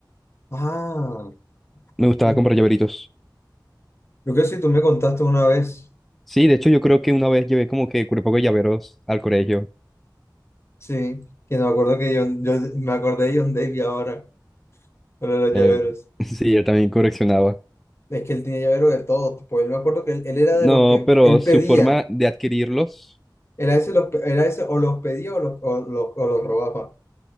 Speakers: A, on the left (about 35°); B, in the centre.
A: Ah,
B: Me gustaba
A: yo yo
B: comprar llaveritos.
A: creo que si tú me contaste una vez,
B: Sí, de hecho yo creo que una vez llevé como que un poco de llaveros al colegio.
A: sí, que no me acuerdo que John, yo me acordé de John Davy ahora, con lo de los
B: Eh,
A: llaveros.
B: <laughs> sí, él también coleccionaba.
A: Es que él tiene llaveros de todo, pues yo me acuerdo que él, él era
B: No,
A: de los que,
B: pero
A: él
B: su
A: pedía,
B: forma de adquirirlos,
A: era ese, los, pe- era ese o los pedía o los, o los, o los robaba,